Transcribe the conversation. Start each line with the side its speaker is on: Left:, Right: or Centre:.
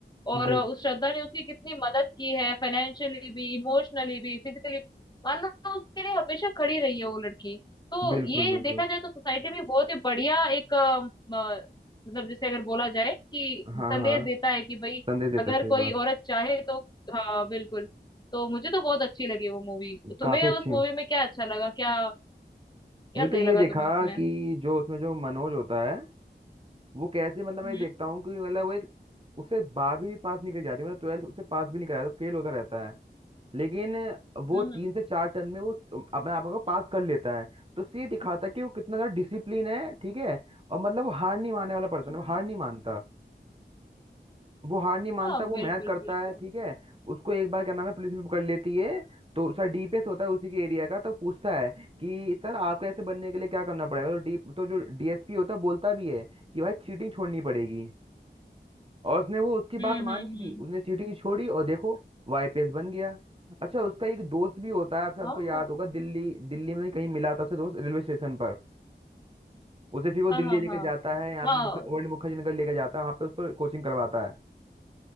Left: और
Right: बिल,
Left: अ, उस श्रद्धा ने उसकी कितनी मदद की है फाइनेंशियली भी इमोशनली भी फिजिकली भी मान लो उसके लिए हमेशा खड़ी रही है वो लड़की तो
Right: बिल्कुल
Left: ये
Right: बिल्कुल
Left: देखा जाए तो सोसाइटी में बहुत ही बढ़िया एक अ, म, मतलब जैसे अगर बोला जाए कि संदेश
Right: हाँ हाँ
Left: देता है कि भाई
Right: संदेश देता
Left: अगर
Right: है, सही
Left: कोई
Right: बात
Left: औरत चाहे तो हाँ बिल्कुल तो मुझे तो बहुत अच्छी लगी वो मूवी तुम्हें
Right: काफी
Left: उस
Right: अच्छी
Left: मूवी
Right: है
Left: में क्या अच्छा लगा क्या क्या
Right: मैं
Left: सही
Right: तो ये
Left: लगा
Right: देखा
Left: तुम्हें उसमें
Right: कि जो उसमें जो मनोज होता है वो कैसे मतलब
Left: हम्म
Right: मैं ये देखता हूँ कि मतलब वो एक उससे बारहवीं भी पास नहीं कर जाती मतलब ट्वेल्थ उससे पास भी नहीं कराया तो फेल होता रहता है लेकिन वो
Left: हम्म
Right: तीन से चार टर्न में वो अपने आप को पास कर लेता है तो उससे ये दिखाता है कि वो कितना ज्यादा डिसिप्लिन है ठीक है और मतलब वो हार नहीं मानने वाला पर्सन
Left: हम्म,
Right: है वो
Left: हम्म।
Right: हार नहीं मानता वो हार नहीं मानता
Left: हाँ
Right: वो
Left: बिल्कुल
Right: मेहनत करता
Left: बिल्कुल
Right: है ठीक है उसको एक बार क्या नाम है पुलिस भी पकड़ लेती है तो सर डीपीएस होता है उसी के एरिया का तो पूछता है कि सर आपको ऐसे बनने के लिए क्या करना पड़ेगा तो डी तो जो डीएसपी होता है बोलता भी है कि भाई चीटिंग छोड़नी पड़ेगी और उसने वो उसकी बात
Left: हम्म
Right: मानी
Left: हम्म
Right: भी उसने चीटिंग छोड़ी और देखो वो आईपीएस बन गया अच्छा उसका एक दोस्त भी होता है आप सबको
Left: हम्म
Right: याद होगा दिल्ली दिल्ली में कहीं मिला था उसे दोस्त रेलवे स्टेशन पर उसे फिर वो
Left: हाँ
Right: दिल्ली
Left: हाँ
Right: लेके
Left: हाँ
Right: जाता है यहाँ
Left: हाँ
Right: पे मुख,
Left: हाँ
Right: ओल्ड मुखर्जी नगर लेके जाता है वहाँ पे उसको कोचिंग करवाता है